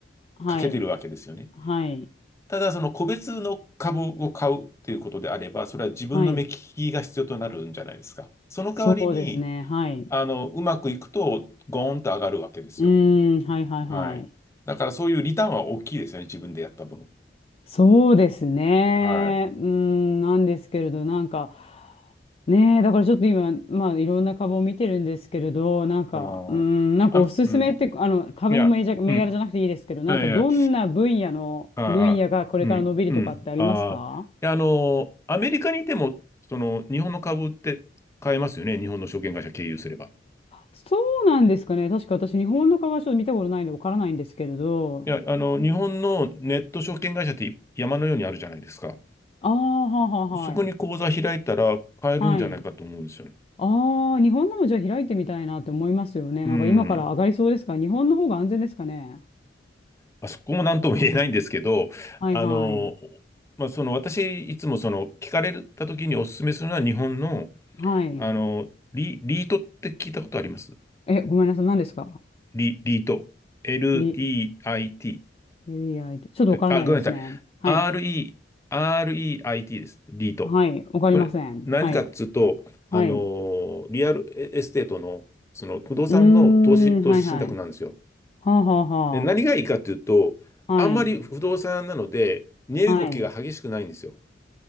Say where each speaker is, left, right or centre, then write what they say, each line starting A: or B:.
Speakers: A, on the left; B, on the left.
A: はい。
B: かけてるわけですよね。
A: はい。
B: ただ、その個別の株を買うということであれば、それは自分の目利きが必要となるんじゃないですか。
A: はい。
B: その代わりに、
A: そうですね。はい。
B: あの、うまくいくと、ゴーンと上がるわけですよ。
A: うーん。はいはいはい。
B: はい。だから、そういうリターンは大きいですよね、自分でやった分。
A: そうですね。
B: はい。
A: うーん。なんですけれど、なんか、ねえ、だからちょっと今、まあ、いろんな株を見てるんですけれど、なんか、
B: うん。
A: うーん、なんかおすすめって、
B: あ、うん。
A: あの、株の銘柄銘柄じゃなくていいですけど、
B: いや、うん。
A: なんかどんな分野の、
B: いやいや、ああ、
A: 分野がこれから伸びるとかってありますか
B: うん、うん。ああ。いやあの、アメリカにいても、その、日本の株って買えますよね、日本の証券会社経由すれば。
A: そうなんですかね。確か私、日本の株はちょっと見たことないんでわからないんですけれど。
B: いや、あの、日本のネット証券会社って山のようにあるじゃないですか。
A: ああ、はあはあはい。
B: そこに口座開いたら買えるんじゃないかと思うんですよね。
A: はい。ああ、日本のもじゃあ開いてみたいなって思いますよね。
B: うん。
A: なんか今から上がりそうですか日本の方が安全ですかね。
B: あそこも何とも言えないんですけど、
A: はいはい。
B: あの、まあ、その私、いつもその聞かれた時にお勧めするのは日本の、
A: はい。
B: あの、リ、リートって聞いたことあります
A: え、ごめんなさい。何ですか
B: リ、リート。L-E-I-T。
A: リ、リアイ、ちょっとわからないですね。
B: あ、ごめんなさい。
A: はい。
B: R-E、R-E-I-T です。リート。
A: はい。わかりません。
B: これ、何かっつうと、
A: はい。はい。
B: あのーリアルエステートの、
A: う
B: その不動産の投資、
A: ーん。
B: 投資信託なんですよ。
A: はいはい。はあはあは
B: で、何がいいかっていうと、
A: あ。はい。
B: あんまり不動産なので、値動きが激しくないんですよ。
A: はい。